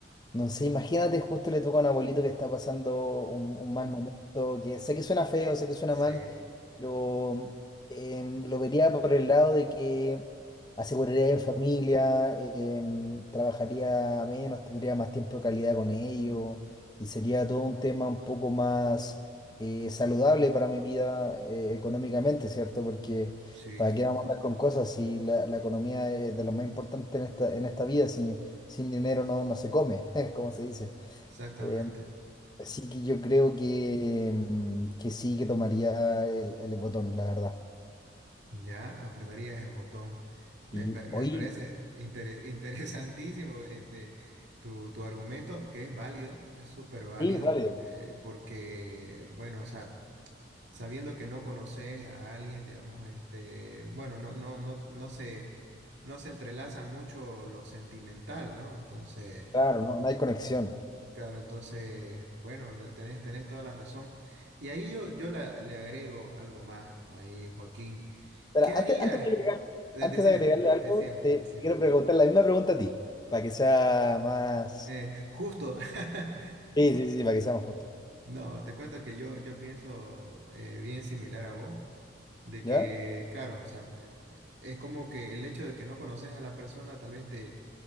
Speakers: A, on the left; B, on the right.
A: no sé, imagínate, justo le toca a un abuelito que está pasando un, un mal momento, que sé que suena feo, sé que suena
B: Sí,
A: mal, pero em, lo vería por el lado de que aseguraría en familia, em, trabajaría menos, tendría más tiempo de calidad con ellos y sería todo un tema un poco más eh, saludable para mi vida eh, económicamente, ¿cierto? Porque
B: sí,
A: para qué vamos a andar con cosas si la, la economía es de lo más importante en esta, en esta vida, si, sin dinero no, no se come, <laughs> como se dice.
B: exactamente.
A: Em, así que yo creo que, em, que sí que tomaría el el botón, la verdad.
B: Ya apretarías el botón. Me,
A: Sí,
B: pa- me
A: hoy
B: parece intere- <laughs> interesantísimo este, tu, tu argumento, que es válido, es súper válido
A: sí, vale,
B: porque, porque, bueno, o sea, sabiendo que no conoces a alguien, digamos, este, bueno, no, no, no, no se, no se entrelaza mucho lo sentimental, ¿no? Entonces,
A: claro, no, no hay conexión.
B: claro, entonces, bueno, de- tenés, tenés toda la razón. Y ahí yo, yo la- le agrego algo más ahí, Joaquín.
A: Pero
B: ¿Qué harías?
A: antes, antes de agregar-
B: Eh,
A: antes
B: Decile,
A: de agregarle algo,
B: decime,
A: te,
B: decime.
A: te quiero preguntar la misma pregunta a ti, para que sea más...
B: Eh, justo. <laughs>
A: Sí, sí, sí, para que sea más justo.
B: No, te cuento que yo, yo pienso eh, bien similar a vos. de
A: ¿Ya?
B: que, claro, o sea, el- es como que el hecho de que no conoces a la persona tal vez te,